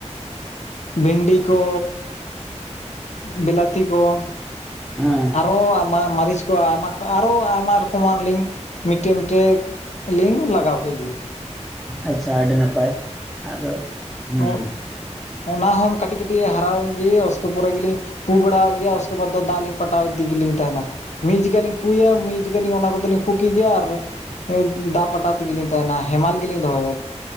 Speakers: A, on the left; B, in the centre.
A: ᱵᱷᱤᱱᱰᱤ ᱠᱚ ᱵᱤᱞᱟᱛᱤ ᱠᱚ ᱼ
B: ᱦᱮᱸ
A: ᱚ ᱟᱨ ᱢᱟᱨᱤᱪ ᱠᱚ ᱟᱭᱢᱟ ᱠᱚ ᱟᱨᱚ ᱟᱭᱢᱟ ᱨᱚᱠᱚᱢᱟᱜ ᱞᱤᱧ ᱢᱤᱴᱟᱹᱜ ᱢᱤᱴᱟᱹᱜ ᱞᱤᱧ ᱞᱟᱜᱟᱣ ᱠᱮᱜ ᱜᱤ᱾
B: ᱟᱪᱷᱟ ᱟᱹᱰᱤ ᱱᱟᱯᱟᱭ ᱟᱫᱚ ᱦᱮᱸ
A: ᱚ ᱚᱱᱟ ᱦᱚᱢ ᱠᱟᱹᱴᱤᱡ ᱠᱟᱹᱴᱤᱡ ᱦᱟᱨᱟ ᱞᱮᱱ ᱜᱤ ᱩᱥᱠᱮ ᱯᱚᱨᱮ ᱜᱮᱞᱤᱧ ᱼ ᱯᱩ ᱵᱟᱲᱟᱣᱟᱜ ᱜᱮᱭᱟ ᱩᱥᱠᱮ ᱵᱟᱫ ᱫᱚ ᱫᱟᱜ ᱤᱧ ᱯᱟᱴᱟᱣ ᱤᱫᱤᱜᱮᱞᱤᱧ ᱛᱟᱦᱮᱱᱟ᱾ ᱢᱤᱫ ᱡᱮᱠᱷᱟᱹ ᱞᱤᱧ ᱯᱩᱭᱟ ᱢᱤᱫ ᱡᱮᱠᱷᱟᱹ ᱞᱤᱧ ᱠᱟᱞᱤᱧ ᱚᱱᱟ ᱠᱚᱫᱚ ᱞᱤᱧ ᱯᱩ ᱠᱮᱜ ᱜᱤ ᱟᱨᱼ ᱦᱳᱭ ᱫᱟᱜ ᱯᱟᱴᱟᱣ ᱛᱮᱜᱮᱞᱤᱧ ᱛᱟᱦᱮᱱᱟ ᱦᱮᱢᱟᱞ ᱜᱮᱞᱤᱧ ᱫᱚᱦᱚᱭᱟ᱾